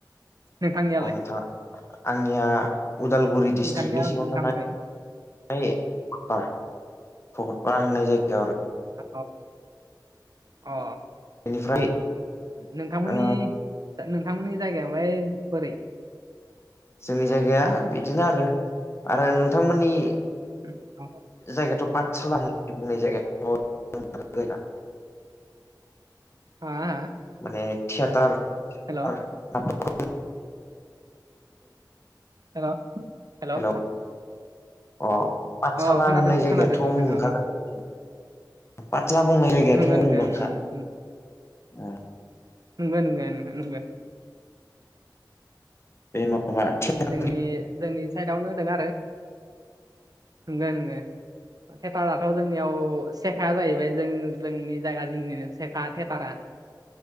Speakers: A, on the right; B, on the left.
A: नोंथांनियालाय
B: अ नोंथां आंनिया उदालगुरि डिस्ट्रिकनि
A: नोंथांनिया
B: सिङाव
A: नोंथां
B: थानाय
A: थायो?
B: <unintelligible> भकतपारा होननाय जायगायाव आरो
A: अ अ
B: बेनिफ्राय
A: नोंथांमोननि
B: ओ
A: नोंथांमोननि जायगायावलाय बोरै
B: जोंनि जायगाया बिदिनो आरो आरो नोंथांमोननि
A: <unintelligible>
B: जायगायाथ' पाठसाला होना बुंनाय जायगा <unintelligible>
A: हा <unintelligible>
B: माने थियेटार
A: हेल'
B: <unintelligible>
A: हेल' हेल'
B: हेलौ अ पाठसाला
A: अ खोनादों
B: होननाय जायगायाथ'
A: खोनादों नोंथां
B: मुं ओंखारनांगोन
A: अ अ
B: पाठसाला बुंंनाय जायगायाथ'
A: नंगौ नंगौ
B: मुंदांखा
A: उम
B: उम
A: नंगौ नंगौ नोंथां नंगौ
B: बे माबा थियेटार
A: जोंनि जोंनि साइडआवनो होदों आरो नंगौ नंगौ थियेटाराथ' जोंनियाव सेखाया जाहैबाय जों जोंनि जायगा जोंनिनो सेखा थियेटारा <inaudible>